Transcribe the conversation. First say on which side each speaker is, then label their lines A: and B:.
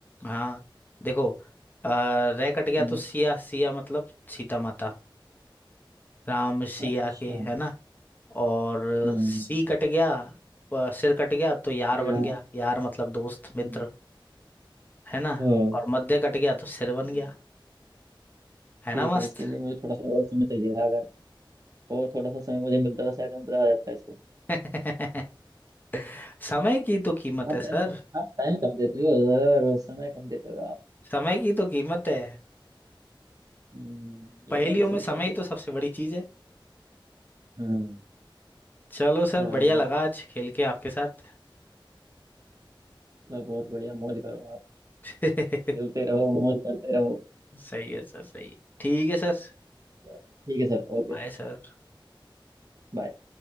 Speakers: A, on the left (about 20°); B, on the right (about 45°).
A: हाँ देखो अ, रह कट गया
B: हम्म
A: तो सिया सिया मतलब सीता माता राम सिया
B: अच्छा
A: के है ना और
B: हम्म
A: सी कट गया प- सिर कट गया तो यार
B: सियार
A: बन गया यार मतलब दोस्त मित्र
B: हम्म
A: है ना
B: हाँ
A: और मध्य कट गया तो सिर बन
B: हम्म,
A: गया है
B: ठीक
A: ना मस्त
B: है इसके लिए मुझे थोड़ा सा और समय चाहिए था अगर और थोड़ा सा समय मुझे मिलता था शायद मैं बता जाता इसको
A: <laughs> समय की तो कीमत
B: आप
A: है सर
B: टाइम आप टाइम कम देते हो और समय कम देते हो आप
A: समय की तो कीमत है
B: हम्म,
A: पहेलियों
B: ये बात सही
A: में
B: कह
A: समय
B: रहे
A: ही
B: हैं
A: तो सबसे बड़ी चीज है
B: हम्म
A: चलो सर
B: चलो
A: बढ़िया लगा आज खेल के आपके साथ
B: मतलब बहुत बढ़िया मौज करो आप
A: <laughs>
B: खेलते रहो मौज करते रहो
A: सही है सर सही है ठीक है सर
B: ठीक है सर ओके
A: Bye sir
B: बाय